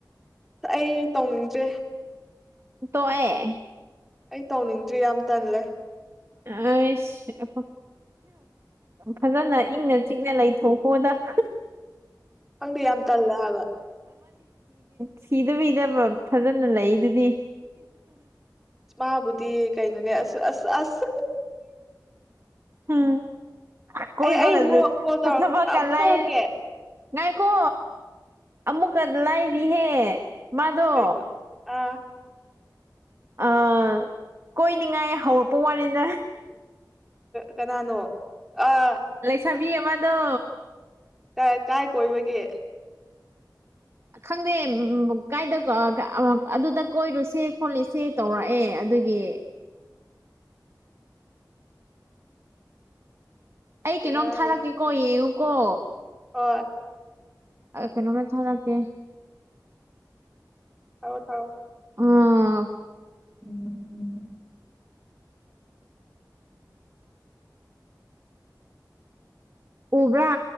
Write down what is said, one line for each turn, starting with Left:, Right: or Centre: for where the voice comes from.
Centre: ꯑꯩ ꯇꯧꯅꯤꯡꯗ꯭ꯔꯦ
Right: ꯇꯑ
Centre: ꯑꯩ ꯇꯧꯅꯤꯡꯗ꯭ꯔꯤ ꯌꯥꯝ ꯇꯜꯂꯦ
Right: ꯑꯁ ꯐꯖꯅ ꯏꯪꯅ ꯆꯤꯛꯅ ꯂꯩꯊꯣꯛꯄꯣꯗ <inaudible>
Centre: ꯈꯪꯗꯤ ꯌꯥꯝ ꯇꯜꯂꯦ ꯍꯥꯏꯒ
Right: ꯁꯤꯗꯕꯤꯗꯕ ꯐꯖꯅ ꯂꯩꯗꯨꯗꯤ
Centre: ꯃꯥꯕꯨꯗꯤ ꯀꯩꯅꯅꯦ ꯑꯁ ꯑꯁ ꯑꯁ
Right: ꯎꯝ ꯀ ꯀꯖꯦ
Centre: ꯑꯩ ꯑꯩ ꯑꯃꯨꯛ ꯀꯣꯜ ꯇꯧꯔꯛ
Right: ꯇꯄ ꯀꯂꯥꯏꯔ
Centre: ꯑꯃꯨꯛ ꯇꯧꯔꯛꯀꯦ
Right: ꯉꯥꯏꯈꯣ ꯑꯃꯨꯛꯀ ꯂꯥꯏꯔꯤꯍꯦ ꯃꯥꯗꯣ
Centre: ꯀꯩꯅꯣ ꯑꯥ
Right: ꯑꯥ ꯀꯣꯏꯅꯤꯡꯉꯥꯏ ꯍꯧꯔꯛꯄ ꯋꯥꯅꯤꯅ
Centre: ꯀꯅꯥꯅꯣ ꯑ
Right: ꯊꯕꯤ ꯑꯋꯥꯗꯣ
Centre: ꯀ ꯀꯥꯏ ꯀꯣꯏꯕꯒꯦ
Right: ꯈꯪꯗꯦ ꯀꯥꯏꯗ ꯑꯗꯨꯗ ꯀꯣꯏꯔꯨꯁꯦ ꯈꯣꯠꯂꯤꯁꯦ ꯇꯧꯔꯛꯑꯦ ꯑꯗꯨꯗꯒꯤ ꯑꯩ ꯀꯩꯅꯣꯝ
Centre: ꯌꯥꯔꯤ
Right: ꯊꯥꯔꯛꯀꯦꯀꯣ ꯌꯦꯡꯉꯨꯀꯣ
Centre: ꯍꯣꯏ
Right: ꯀꯩꯅꯣꯝꯃ ꯊꯥꯔꯀꯦ
Centre: ꯊꯥꯎꯣ ꯊꯥꯎꯣ
Right: ꯑꯣꯥ
Centre: ꯎꯝ ꯎꯝ
Right: ꯎꯕ꯭ꯔꯥ